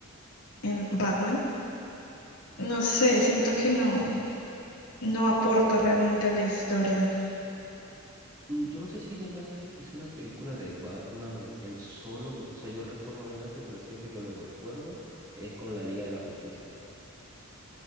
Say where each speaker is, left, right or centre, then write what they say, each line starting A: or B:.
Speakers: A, on the left; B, on the right.
A: en Batman. No sé, siento que no, no aporta realmente a la historia.
B: Mm, Yo no sé si Ben Affleck hizo una película de Batman él solo, porque, o sea, yo recuerdo a Ben Affleck, pero siempre que lo recuerdo es con la Liga de la Justicia.